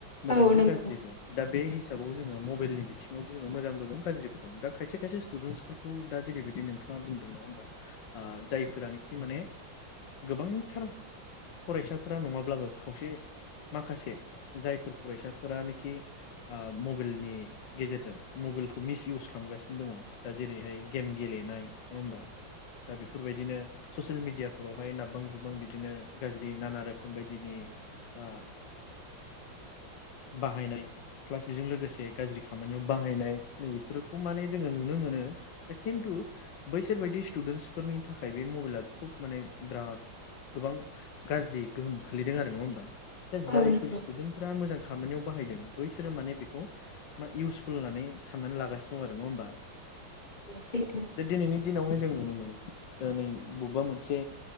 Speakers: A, on the left (about 70°); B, on the left (about 45°).
A: मोजांबो
B: औ नंगौ
A: गाज्रिबो दा बे हिसाबाव जोङो मबाइलनि बिथिङावबो जोङो मोजांबो दं गाज्रिबो दं दा खायसे खायसे स्टुडेन्स फोरफोरखौ दा जेरैबायदि नोंथाङा बुंदों नङा होमबा? जायफोरानोखि माने गोबांथार फरायसाफोरा नङाब्लाबो खावसे माखासे जायफोर फरायसाफोरानोखि आ मबाइलनि गेजेरजों मबाइलखौ मिस इउस खालामगासिनो दङ दा जेरैहाय गेम गेलेनाय नङा होमबा? दा बेफोरबायदिनो ससियेल मिडियाफोरावहाय नाबबां जुबबां बिदिनो गाज्रि नाना रोखोम बायदिनि आ बाहायनाय प्लास बेजों लोगोसे गाज्रि खामानियाव बाहायनाय नै बेफोरखौ माने जोङो नुनो मोनो दा खिन्थु बैसोर बायदि स्टुदेन्सफोरनि थाखाय बे मबाइला खुब माने बिराद गोबां गाज्रि गोहोम खोलैदों आरो नङा होमबा? दा जायफोर
B: औ नंगौ
A: स्टुडेन्टफोरा मोजां खामानियाव बाहायदों बैसोरो माने बेखौ इउसफुल होननानै साननानै लागासिनो दं आरो नङा होमबा?
B: सैथो
A: बे दिनैनि दिनावहाय जों नुनो मोनो दि नै बबेबा मोनसे